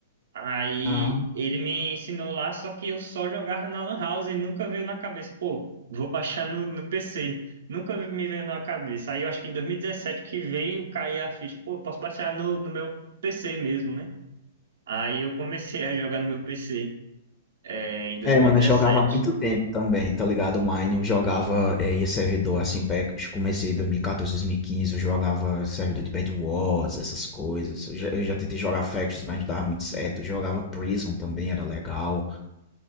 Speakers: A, on the right; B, on the left.
A: Aí
B: Ah,
A: ele me ensinou lá, só que eu só jogava na lan house e nunca veio na cabeça. Pô, vou baixar no, no PC. Nunca me veio na cabeça. Aí eu acho que em 2017 que veio cair a ficha. Pô, posso baixar no, no meu PC mesmo, né? Aí eu comecei a jogar no meu PC, é, em 2017.
B: é, mano, eu jogava há muito tempo também, tá ligado? Online, eu jogava, eh, ia servidor assim, pra- eu comecei em 2014, 2015, eu jogava servidor de Bed Wars, essas coisas. Eu já, eu já tentei jogar Factions, mas não dava muito certo. Eu jogava Prison também, era legal.